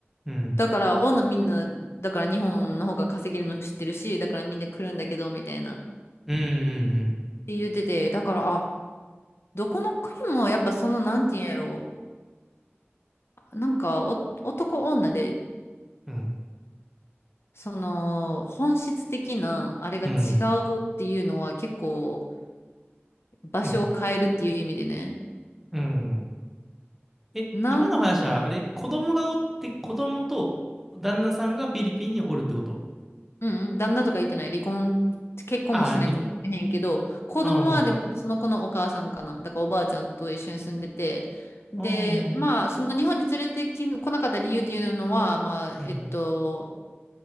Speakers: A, in the centre; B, on the left.
A: うん、
B: だから女みんな、だから日本の方が稼げるの知ってるし、だからみんな来るんだけど、みたいな。っ
A: うん、うん、
B: て言ってて、だから、あ、どこの国もやっぱその、なんて言うんやろう。なんかお、男女で、
A: うん、うん、
B: その、本質的な、あれが違
A: うん、
B: うっていうのは結構、場所を変えるっていう意味でね。
A: うん。うんえ、
B: なん
A: 今の話は、あれ、子供がおって、子供と旦那さんがフィリピンにおるってこと
B: うんうん、旦那とか言ってない。離婚、結婚もしてないかもしれへんけど、
A: あー、離婚。
B: 子供はでもその子のお母さんかな。
A: あ
B: だからおばあちゃんと一緒に住んでて。で、
A: あ、あ
B: まあ、
A: あ、
B: その日本に連れてき、来なかった理由っていうのは、まあ、
A: うん、
B: えっと、